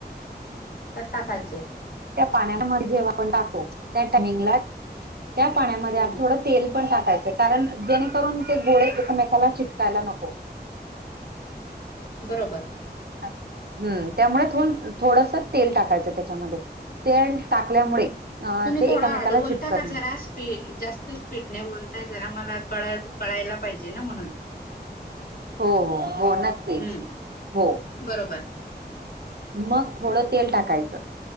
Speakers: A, on the left; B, on the right.
A: त्यात टाकायचे.
B: त्या पाण्यामध्ये जेव्हा आपण टाको त्या टायमिंगला त्या पाण्यामध्ये
A: हं.
B: आपन थोडं. तेल पण टाकायच कारण जेणेकरून ते गोळे एकमेकाला चिटकायला नको.
A: बरोबर.
B: हम्म त्यामुळे थ थोडस तेल टाकायचं त्याच्यामध्ये. तेल टाकल्यामुळे. अ
A: तुम्ही
B: ते
A: थोडा
B: एकामेकाला
A: हडू
B: चिटकत
A: बोलता का
B: नाही.
A: जरा स्पी जास्त. फिटणे बोलताय जरा मला कळ कळायला पाहिजे ना म्हणून.
B: हो हो हो नक्की
A: हं.
B: हो.
A: बरोबर.
B: मग थोडं तेल टाकायचं